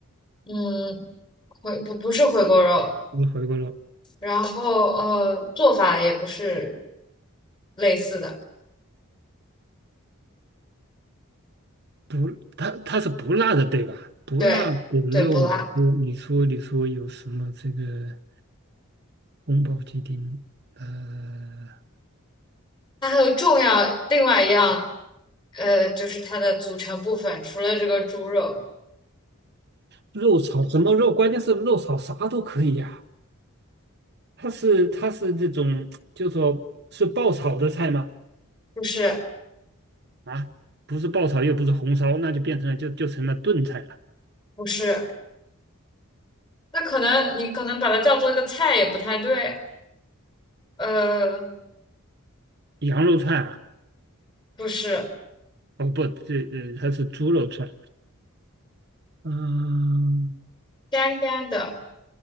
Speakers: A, on the left; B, on the right.
A: 嗯，回不不是回锅肉。
B: 不是回锅肉，
A: 然后呃，做法也不是类似的，
B: 不，它它是不辣的，对吧？不辣的肉，
A: 对对，不辣。
B: 你说你说你说有什么这个？宫保鸡丁，呃，
A: 它还有重要另外一样，呃，就是它的组成部分，除了这个猪肉，
B: 肉炒什么肉？关键是肉炒啥都可以呀、它是它是这种，就说是爆炒的菜吗？
A: 不是
B: 啊，不是爆炒，又不是红烧，那就变成了就就成了炖菜了。
A: 不是，那可能你可能把它叫做一个菜也不太对，呃，
B: 羊肉串啊，
A: 不是
B: 哦不，这呃它是猪肉串。嗯，
A: 干干的。